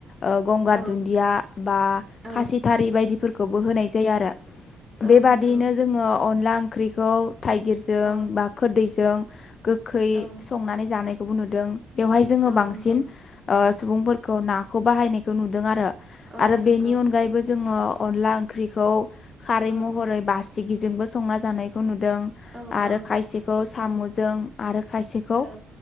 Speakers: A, on the left (about 45°); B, on the right (about 20°).
A: ओ गंगार
B: औ
A: दुन्दिया बा
B: औ
A: खासिथारि बायदिफोरखौबो होनाय जायो आरो।
B: औ
A: बेबादियैनो
B: नंगौ
A: जोङो अनला ओंख्रिखौ थाइगिरजों
B: औ
A: बा खोददैजों गोखै
B: औ
A: संनानै जानायखौबो नुदों बेवहाय जोङो
B: औ
A: बांसिन
B: नंगौ
A: ओ सुबुंफोरखौ नाखौ बाहायनायखौ नुदों आरो
B: औ
A: आरो
B: नंगौ
A: बेनि अनगायै बो जोङो अनला ओंख्रिखौ खारै
B: औ
A: महरै बासिगिजोंबो संना जानायखौ नुदों
B: औ
A: आरो
B: औ
A: खायसेखौ साम'जों आरो खायसे खौ
B: औ